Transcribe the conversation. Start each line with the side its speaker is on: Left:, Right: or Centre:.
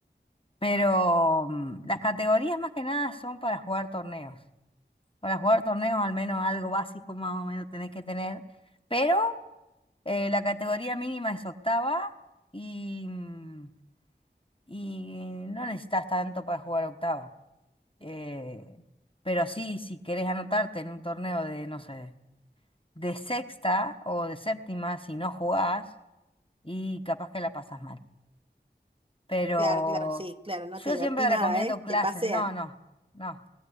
Left: pero mm, las categorías más que nada son para jugar torneos. Para jugar torneos al menos algo básico más o menos tenés que tener. Pero eh, la categoría mínima es octava y, mm, y no necesitas tanto para jugar octava. Eh, pero sí, si querés anotarte en un torneo de, no sé, de sexta o de séptima, si no jugás, y capaz que la pasas mal. Pero
Right: Claro, claro, sí, claro, no
Left: yo
Right: te divertí
Left: siempre
Right: nada,
Left: recomiendo
Right: ¿eh?
Left: clases.
Right: Te pasean.
Left: No, no, no,